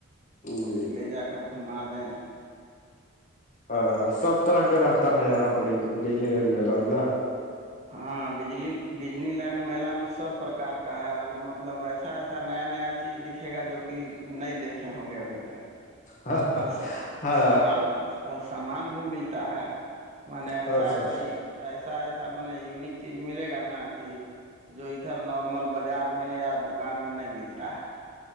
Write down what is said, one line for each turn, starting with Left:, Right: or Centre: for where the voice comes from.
Right: تو
Left: جی
Right: لے جا کر گھما دیں
Left: ہاں ہاں سب طرح کا رہتا ہے یہاں پر ڈیلی رن میلا میں نا
Right: ہاں ڈج ڈجنی لینڈ میلا میں سب پرکار کا ہے مطلب ایسا ایسا نیا نیا چیز دکھے گا جو کہ نہیں دیکھے ہوں گے ابھی تک
Left: ہاں
Right: اور
Left: ہاں
Right: سامان اور سامان بھی ملتا ہے م نے
Left: اچھا
Right: ایسا ایسا
Left: اچھا
Right: ایسا ایسا م یونک چیز ملے گا نا کہ جو ادھر نارمل بازار میں یا دکان میں نہیں ملتا ہے